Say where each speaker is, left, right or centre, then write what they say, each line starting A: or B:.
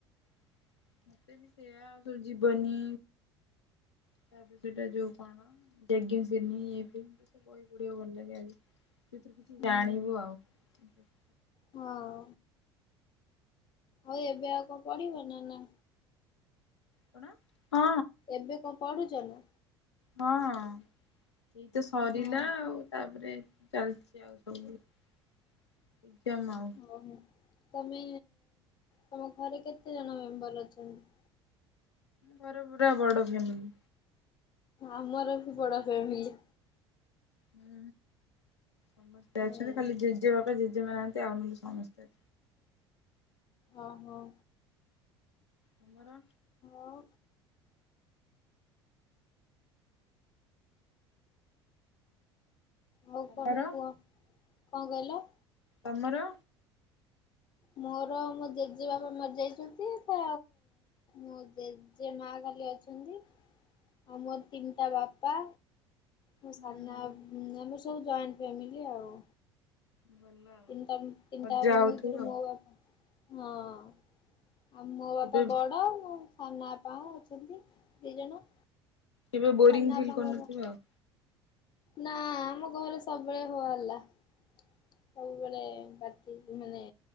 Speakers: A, on the left; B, on the left.
A: <inaudible> ମୋତେ ବି ସେୟା ଆଉ ଥରେ ଯିବନି। <unintelligible> ବହି ପଢ଼ିବାକୁ ଭଲ ଲାଗେ। ଆଜି ସେଥିରୁ କିଛି
B: ହୁଁ
A: ଜାଣିବୁ ଆଉ।
B: ହଁ। ଆଉ ଏବେ ଆଉ କଣ ପଢିବ? ନା ନା।
A: କଣ? ହଁ।
B: ଏବେ କଣ ପଡୁଛ ନା?
A: ହଁ, ଏଇତ ସରିଲା
B: ହଁ
A: ଆଉ ତାପରେ ଚାଲିଛି ଆଉ ସବୁବେଳେ ଏଜାମ ଆଉ।
B: ଓହୋ। ତମେ ତମ ଘରେ କେତେ ଜଣ ମେମ୍ବର ଅଛନ୍ତି?
A: ମର ପୁରା ବଡ଼ ଫ୍ୟାମିଲି।
B: ଆମର ବି ବଡ଼ ଫ୍ୟାମିଲି।
A: ହୁଁ ସମସ୍ତେ
B: ହୁଁ
A: ଅଛନ୍ତି ଖାଲି ଜେଜେବାପା ଜେଜେମା ନାହାନ୍ତି ଆଉ ନହେଲେ ସମସ୍ତେ
B: ଓ ହୋଉ।
A: ତୁମର
B: ଆଉ ଆଉ
A: ତମର
B: କଣ କୁହ, କଁ କହିଲ?
A: ତମର
B: ମୋର ମୋ ଜେଜେବାପା ମରି ଯାଇଚନ୍ତି ତ ମୋ ଜେଜେମା ଖାଲି ଅଛନ୍ତି। ଆଉ ମୋର ତିନ୍ଟା ବାପା ମୋ ସାନା
A: ହୁଁ
B: ଆମେ ସବୁ ଜଏଣ୍ଟ୍ ଫ୍ୟାମିଲି ଆଉ।
A: ଭଲ। ଆଉ।
B: ତିନଟା ତିନଟା
A: ମଜା
B: ବାପା ମା
A: ହଉଥିବ
B: ଙ୍କ ଭିତରୁ
A: ଆଉ
B: ମୋ ବାପା ହଁ ଆଉ ମୋ
A: କେବେ
B: ବାପା ବଡ। ସାନ ବାପା ଅଛନ୍ତି ଦି ଜଣ।
A: କେବେ ବୋରିଂ
B: ସାନ
A: ଫିଲ୍
B: ବାପାଙ୍କର
A: କରିନଥିବ ଆଉ।
B: ନା ଆମ ଘରେ ସବୁବେଳେ ହୋହାଲ୍ଲା, ସବୁବେଳେ ପା ମାନେ